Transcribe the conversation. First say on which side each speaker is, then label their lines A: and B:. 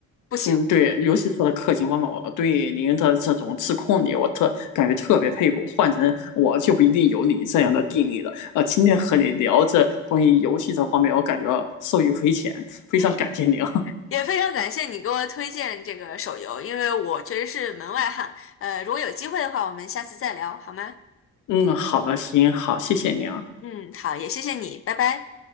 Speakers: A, on the left; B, on the left.
A: 不行。
B: 嗯，对，尤其是氪金方面，我对您的这种自控力，我特感觉特别佩服。换成我就不一定有你这样的定力了。呃，今天和你聊这关于游戏这方面，我感觉受益匪浅，非常感谢您。
A: 嗯，
B: <laughs>
A: 也非常感谢你给我推荐这个手游，因为我确实是门外汉。呃，如果有机会的话，我们下次再聊好吗？
B: 嗯，好的，行，好，谢谢您啊。
A: 嗯，好，也谢谢你，拜拜。